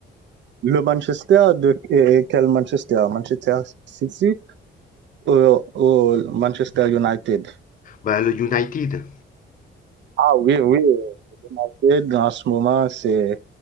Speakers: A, on the right (about 65°); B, on the left (about 40°).
A: le Manchester de et- et quel Manchester? Manchester City ou, ou Manchester United?
B: Ben, le United.
A: Ah oui, oui. United, en ce moment, c'est